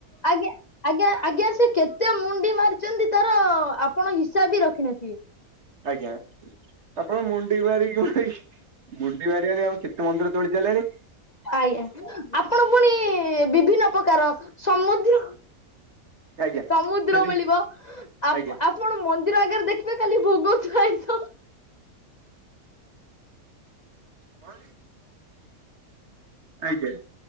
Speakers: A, on the left; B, on the right.
A: ଆଜ୍ଞା ଆଜ୍ଞା ଆଜ୍ଞା ସେ କେତେ ମୁଣ୍ଡି ମାରିଛନ୍ତି ତାର ଆପଣ ହିସାବ ବି ରଖିିନଥିବେ?
B: ଆଜ୍ଞା। ଆପଣ ମୁଣ୍ଡି ମାରିକି ପୁରା ଇ ମୁଣ୍ଡି ମାରି ମାରି ଆଉ କେତେ ମନ୍ଦିର ତୋଳି ସାଇଲେଣି।
A: ଆଜ୍ଞା ଆପଣ ପୁଣି ବିଭିନ୍ନ ପ୍ରକାର ସମୁଦ୍ର
B: ଆଜ୍ଞା
A: ସମୁଦ୍ର
B: ସେଠି
A: ମିଳିବ
B: ଆଜ୍ଞା।
A: ଆ ଆପଣ ମ ମନ୍ଦିର ଆଗରେ ଦେଖିବେ ଖାଲି ଭୋଗ ଥୁଆ ହୋଇଥିବ।
B: <unintelligible> ଆଜ୍ଞା